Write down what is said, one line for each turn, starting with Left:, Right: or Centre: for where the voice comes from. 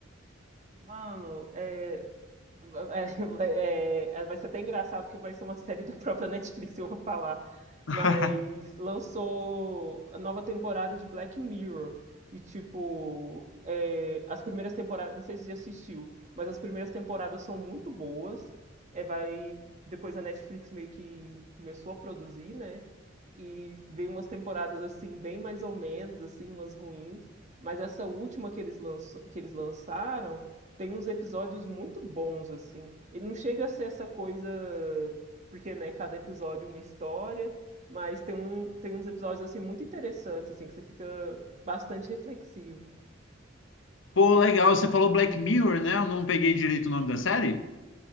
Right: Mano, é, Vai, vai é, vai ser até engraçado porque vai ser uma série da própria Netflix que eu vou falar.
Left: <laughs>
Right: Mas lançou a nova temporada de Black Mirror. E, tipo, é, as primeiras temporadas. Não sei se você já assistiu, mas as primeiras temporadas são muito boas. É, vai, depois a Netflix meio que começou a produzir, né? e veio umas temporadas assim bem mais ou menos, assim, umas ruins, mas essa última que eles lançou, que eles lançaram tem uns episódios muito bons assim. Ele não chega a ser essa coisa porque, né, cada episódio é uma história, mas tem, um, tem uns episódios assim muito interessantes assim que você fica bastante reflexivo.
Left: Pô, legal, você falou Black Mirror, né? Eu não peguei direito o nome da série?